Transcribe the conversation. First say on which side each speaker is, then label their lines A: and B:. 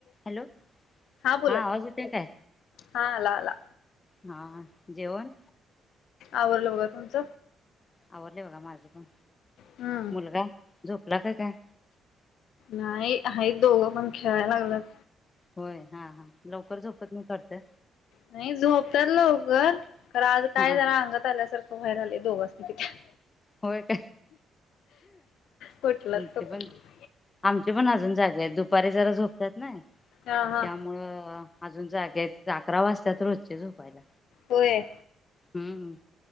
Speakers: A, on the left (about 25°); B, on the left (about 75°).
A: Hello
B: बोला
A: हा
B: की
A: आवाज येतोय काय.
B: हा आला आला
A: हा जेवण.
B: आवरल बघा तुमच.
A: आवरले बघा माझा पण
B: हम्म
A: मुलगा झोपला का काय?
B: नाही आहेत दोघं पण खेळायला लागलंत.
A: होय हा हा लवकर झोपत नाहीत वाटतं.
B: नाही झोपतात लवकर खरं आज काय
A: हा
B: जरां अंगात आल्यासारखं बाहेर आले दोघासनी तिथं
A: होय काय
B: कुठलंच
A: आमचे
B: स्वतः
A: पणं आमचे पण अजून जागे आहेत, दुपारी जरां झोपत्यात नाय त्यामुळं
B: हा हा
A: अजून जाग्या अकरा वाजत्यात रोजचे झोपायला
B: होय.
A: हम्म.